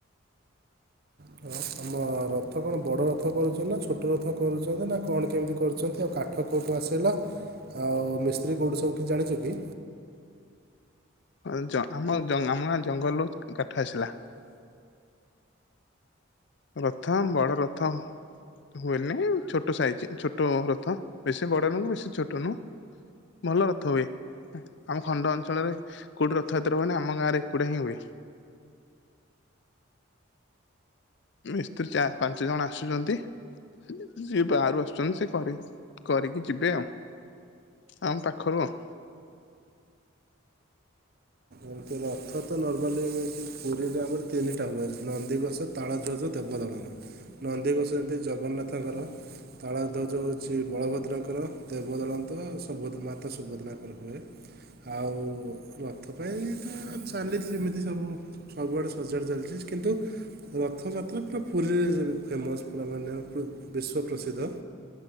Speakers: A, on the right; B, on the left.
A: ହଁ ଆମ ରଥ କଣ ବଡ଼ ରଥ କରୁଚନ୍ତି ନାଁ ଛୋଟ ରଥ କରୁଚନ୍ତି ନାଁ କଣ କେମିତି କରୁଚନ୍ତି। ତ କାଠ କୋଉଠୁ ଆସିଲା ଆଉ ମିସ୍ତ୍ରୀ କୋଉଠୁ ସବୁ କିଛି ଜାଣିଚ କି?
B: ହଁ ଜ ଆମ ଜ ଆମ ଗାଁ ଜଙ୍ଗଲରୁ କାଠ ଆସିଲା। ରଥ ଅମ୍ ବଡ଼ ରଥ। ହୁଏନେଇ ଛୋଟ ସାଇଜି ଛୋଟ ରଥ ବେଶୀ ବଡ଼ ନୁହଁ ବେଶୀ ଛୋଟ ନୁହଁ। ଭଲ ରଥ ହୁଏ। ଏଁ ଆମ ଖଣ୍ଡ ଅଞ୍ଚଳରେ କୋଉଠି ରଥଯାତ୍ରା ହୁଏନି ଆମ ଗାଁରେ ଏକୁଟିଆ ହିଁ ହୁଏ। ମିସ୍ତ୍ରୀ ଚା ପାଞ୍ଚ ଜଣ ଆସୁଚନ୍ତି। ହେଲେ ଯିଏ ବାହାରୁ ଆସୁଚନ୍ତି ସେ କରି କରିକି ଯିବେ ଆଉ। ଆମ ପାଖରୁ ଆଉ।
A: ଉଁ ତୁ ରଥ ତ ନର୍ମାଲି ଏମତି ପୁରୀରେ ଆମର ତିନିଟା ହୁଏ ନନ୍ଦିଘୋଷ ତାଳଧ୍ବଜ ଦେବଦଳନ ନନ୍ଦିଘୋଷ ଏମିତି ଜଗନ୍ନାଥଙ୍କର। ତାଳଧ୍ୱଜ ହୋଉଚି ବଳଭଦ୍ରଙ୍କର ଦେବଦଳନ ତ ସୁଭଦ୍ର ମାତା ସୁଭଦ୍ରାଙ୍କର ହୁଏ। ଆଉ ରଥ ପାଇଁ ତ ଚାଲିଚି ସେମିତି ସବୁ ସବୁଆଡ଼େ ସଜଡ଼ ଚାଲିଚି କିନ୍ତୁ ରଥଯାତ୍ରା ପୁରା ପୁରୀରେ ଯେବେ ଫେମସ୍ ପୁରା ମାନେ ପ୍ରୁ ବିଶ୍ଵ ପ୍ରସିଦ୍ଧ।